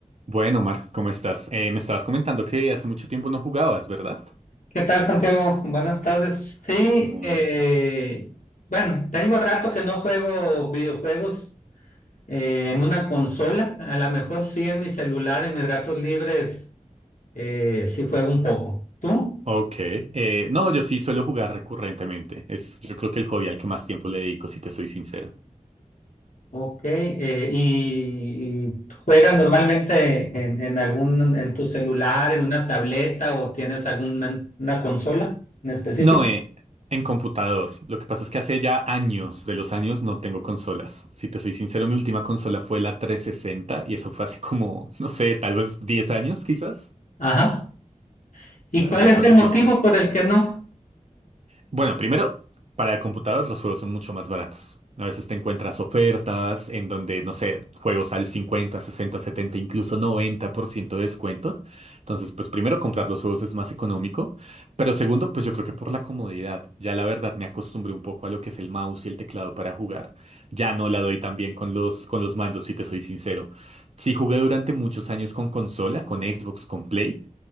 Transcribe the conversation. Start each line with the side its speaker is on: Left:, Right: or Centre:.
Right: Bueno, Omar, ¿cómo estás? Eh, me estabas comentando que hace mucho tiempo no jugabas, ¿verdad?
Left: ¿Qué tal, Santiago? Buenas tardes. Sí,
Right: Muy
Left: eh,
Right: bien, estás.
Left: bueno, tengo rato que no juego videojuegos eh, en una consola. A lo mejor sí en mi celular, en mis ratos libres, eh, sí juego un poco. ¿Tú?
Right: Ok. eh, no, yo sí suelo jugar recurrentemente. Es, yo creo que el hobby al que más tiempo le dedico, si te soy sincero.
Left: Ok. eh, y, y juegas normalmente en, en algún, en tu celular, en una tableta o tienes alguna una consola en específico?
Right: No, eh, en computador. Lo que pasa es que hace ya años de los años no tengo consolas. Si te soy sincero, mi última consola fue la 360 y eso fue hace como, <laughs> no sé, tal vez 10 años quizás.
Left: Ajá. ¿Y
Right: Ya,
Left: cuál
Right: ya
Left: es
Right: fue
Left: el
Right: hace
Left: motivo
Right: tiempo.
Left: por el que no?
Right: Bueno, primero, para el computador los juegos son mucho más baratos. A veces te encuentras ofertas en donde, no sé, juegos al 50, 60, 70, incluso 90% de descuento. Entonces, pues primero comprar los juegos es más económico. Pero segundo, pues yo creo que por la comodidad. Ya la verdad me acostumbré un poco a lo que es el mouse y el teclado para jugar. Ya no la doy tan bien con los, con los mandos, si te soy sincero. Sí jugué durante muchos años con consola, con Xbox, con Play.